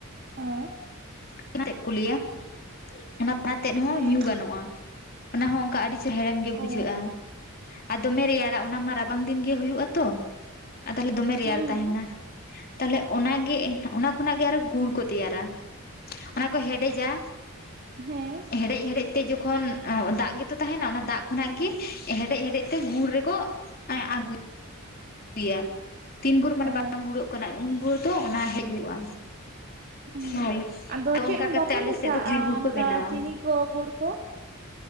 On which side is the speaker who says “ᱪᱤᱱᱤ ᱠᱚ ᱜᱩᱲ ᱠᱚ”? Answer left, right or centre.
Right